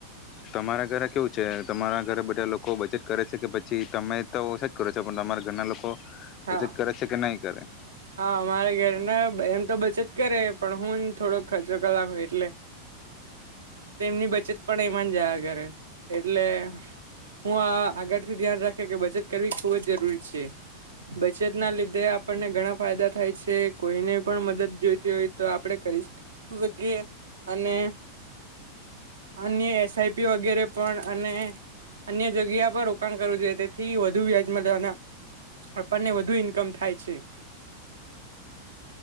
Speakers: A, on the left; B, on the right.
A: તમારા ઘરે કેવું છે તમારા ઘરે બધા લોકો બચત કરે છે કે પછી તમે તો ઓછા જ કરો છો પણ તમારા ઘરના લોકો બચત
B: હા
A: કરે છે કે નહી કરે.
B: હા મારે ઘર ને એમ તો બચત કરે પણ હું થોડોક ખર્ચો કર નાખું એટલે તેમની બચત પણ એમાં જ જયા કરે એટલે હું આગળથી ધ્યાન રાખે કે બચત કરવી ખૂબ જ જરૂરી છે બચત ના લીધે આપણને ઘણા ફાયદા થાય છે કોઈને પણ મદદ જોઈતી હોય તો આપડે કરી શકીએ અને અન્ય એસ આઈ પી વગેરે પણ અને અન્ય જગ્યા પર રોકાણ કરવું જોઈએ તેથી વધુ વ્યાજમાં મલે ને આપણને વધુ ઇન્કમ થાય છે.